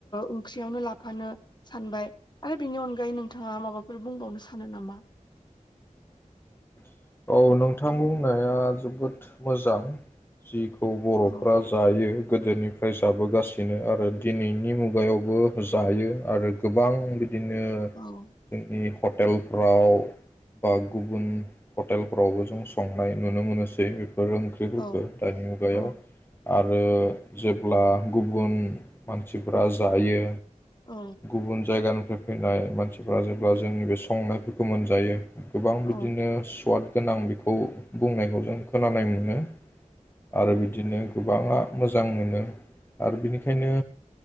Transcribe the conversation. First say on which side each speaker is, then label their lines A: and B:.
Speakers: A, on the left (about 35°); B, on the left (about 15°).
A: ओंख्रियावनो लाफानो सानबाय आरो बेनि अनगायै नोंथाङा माबाफोर बुंबावनो सानो नामा?
B: औ नोंथां बुंनाया जोबोद मोजां। जिखौ बर'फ्रा
A: औ
B: जायो। गोदोनिफ्राय जाबोगासिनो आरो दिनैनि मुगायावबो जायो आरो गोबां बिदि बिदिनो
A: औ
B: जोंनि। हटेलफ्राव बा गुबुन। हटेलफोरावबो जों संनाय नुनो मोनो। <unintelligible> बेफोर ओंख्रिफोरखौ
A: औ
B: दानि मुगायाव
A: औ
B: आरो जेब्ला गुबुन मानसिफ्रा जायो।
A: औ
B: गुबुन जायगा फैनाय मानसिफ्रा जेब्ला जोंनि बे संनायफोरखौ मोनजायो। गोबां
A: औ
B: बिदिनो स्वाद गोनां बेखौ बुंनायखौ जों खोनानाय मोनो। आरो बिदिनो। गोबाङा मोजां मोनो आरो बिनिखायनो